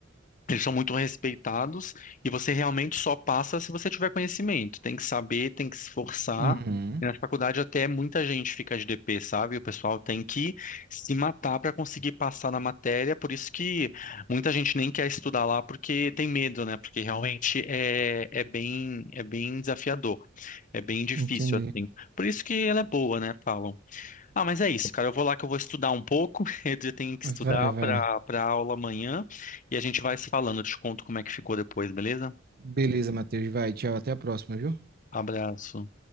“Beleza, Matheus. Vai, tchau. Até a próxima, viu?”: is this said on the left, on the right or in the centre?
Right